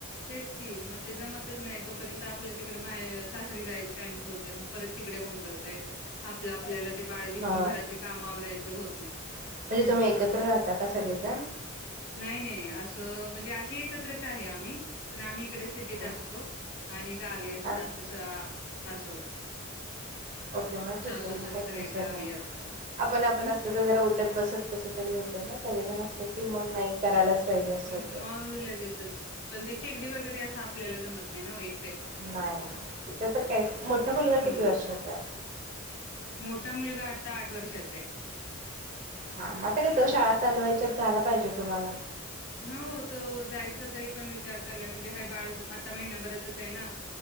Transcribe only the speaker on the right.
हा
म्हणजे तुम्ही
एकत्र राहता का सगळेजण?
ओके
हा
ओके मग ठीके
मग
काही टेन्शन
नाही.
आपण आपण
असलं तर जरा उठत, बसत कसं तरी होतय ना! सगळेजण असले की मग नाही करायलाच पाहिजे असं
होतंय.
नाही इथ तर कायच, मोठा मुलगा
किती वर्षाचा आहे?
हा म आता काय तो शाळा चालू व्हायच्या आत जायला पाहिजे तुम्हाला